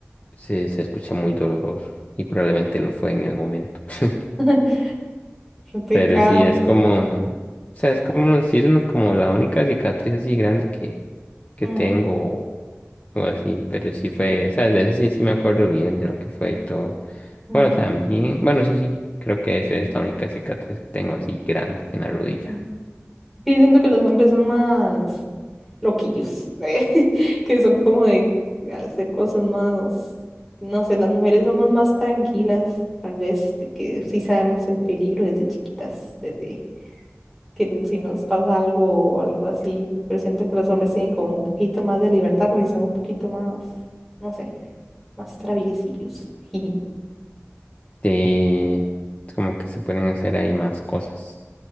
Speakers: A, on the left; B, in the centre.
A: se, se escucha muy doloroso y probablemente lo fue en el momento. <laughs>
B: <laughs> qué pecado.
A: Pero sí, es como, o sea, es como, sí es una- como la única cicatriz así grande que, que
B: Mm,
A: tengo o así, pero sí fue, o sea, de eso sí, sí me acuerdo bien de lo que fue y todo.
B: mm,
A: Bueno, también, bueno, sí, sí, creo que esa es la única cicatriz que tengo así grande en la rodilla.
B: mm. Sí, siento que los hombres son más loquillos, <laughs> eh, que son como de hacer cosas más, no sé, las mujeres somos más tranquilas, tal vez, de que sí sabemos el peligro desde chiquitas, desde que n- si nos pasa algo o algo así, pero siento que los hombres tienen como un poquito más de libertad porque son un poquito más, no sé, más traviesillos. <laughs> jiji.
A: Sí, es como que se pueden hacer ahí más cosas.